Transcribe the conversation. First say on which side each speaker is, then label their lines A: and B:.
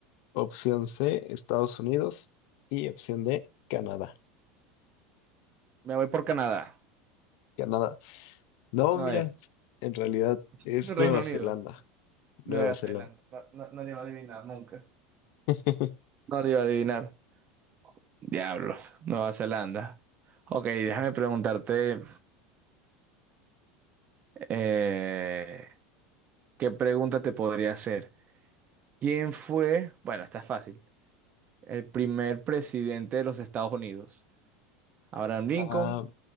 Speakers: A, on the left; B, on the right.
A: Opción C, Estados Unidos. Y opción D, Canadá.
B: me voy por Canadá.
A: Canadá. No,
B: No
A: mira,
B: es.
A: en realidad
B: <laughs>
A: es
B: Reino
A: Nueva
B: Unido.
A: Zelanda. Nueva
B: Nueva
A: Zelanda.
B: Zelanda. No, no, no le iba a adivinar nunca.
A: <laughs>
B: No le iba a adivinar. Diablo. Nueva Zelanda. Ok, déjame preguntarte... eh, ¿qué pregunta te podría hacer? ¿Quién fue... Bueno, está fácil. El primer presidente de los Estados Unidos. Abraham Lincoln,
A: Ah,